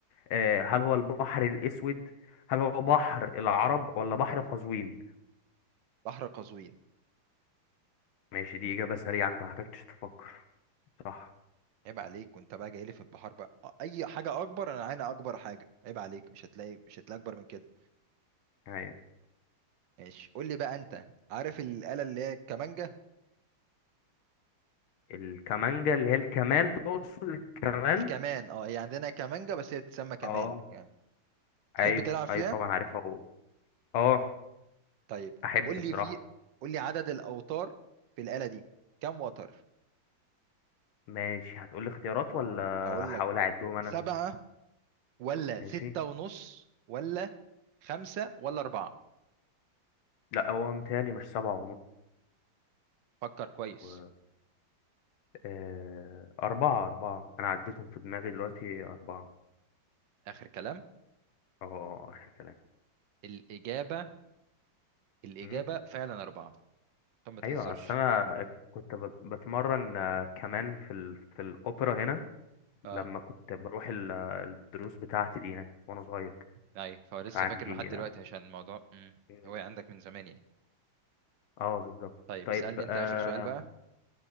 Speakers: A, on the left; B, on the right.
A: آه هل هو البحر الأسود هل هو بحر العرب ولا بحر قزوين
B: بحر قزوين
A: ماشي دي إجابة سريعة أنت محتاجتش تفكر صح
B: عيب عليك وانت بقى جاي لي في البحار بقى أ- اي حاجه اكبر انا انا اكبر حاجه عيب عليك مش هتلاقي مش هتلاقي اكبر من كده
A: أيوة
B: ماشي قول لي بقى انت عارف الاله اللي هي الكمانجه
A: الكمانجا اللي هي الكمان تقصد الكمان
B: الكمان اه هي عندنا كمانجه بس هي تسمى كمان
A: اه
B: ك- تحب
A: أيوة
B: تلعب فيها
A: أيوة طبعا عارفها و- اه
B: طيب
A: أحب
B: قول
A: بصراحة
B: لي في قول لي عدد الاوتار في الاله دي كم وتر
A: ماشي هتقولي اختيارات ولا
B: اقول
A: هحاول
B: لك
A: أعدهم أنا
B: سبعة ولا
A: ماشي
B: ستة ونص ولا خمسة ولا أربعة
A: لا هو متهيألي مش سبعة
B: فكر كويس
A: ونص آه، أربعة أربعة أنا عديتهم في دماغي دلوقتي أربعة
B: آخر كلام
A: أه آخر كلام
B: الإجابة الإجابة
A: مم.
B: فعلا أربعة طب ما تهزرش
A: أيوة أصل أنا كنت بت- بتمرن آه، كمان في ال... في الأوبرا هنا
B: آه.
A: لما كنت بروح ال- آه، الدروس بتاعتي دي يعني وأنا صغير
B: ايوه فهو لسه
A: فعندي
B: فاكر لحد دلوقتي
A: اه
B: عشان الموضوع مم.
A: مم.
B: هو عندك من زمان يعني
A: آه، بالظبط
B: طيب
A: طيب
B: اسألني انت
A: آه...
B: اخر سؤال بقى